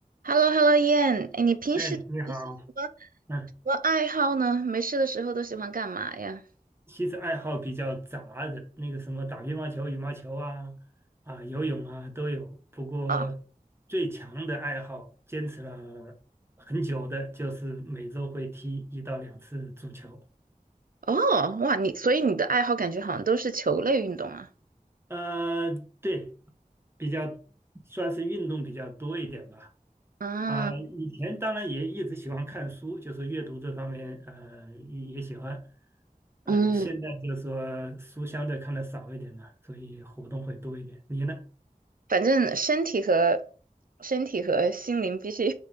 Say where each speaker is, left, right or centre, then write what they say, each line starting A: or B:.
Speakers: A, on the right; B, on the right.
A: h e l l o h e l l o 燕，哎，你平时有些什么什
B: 哎，你好，嗯，
A: 么爱好呢？没事的时候都喜欢干嘛呀？
B: 其实爱好比较杂的，那个什么打乒乓球、羽毛球啊，啊，游泳啊都有。不过
A: 啊，
B: 最强的爱好，坚持了很久的，就是每周会踢一到两次足球。
A: 哦，哇，你所以你的爱好感觉好像都是球类运动啊？
B: 呃，对，比较算是运动比较多一点吧。
A: 啊，
B: 啊、以前当然也一直喜欢看书，就是阅读这方面，呃，也也喜欢。呃，
A: 嗯，
B: 现在就是说书相对看的少一点嘛，所以活动会多一点。你呢？
A: 反正身体和身体和心灵必须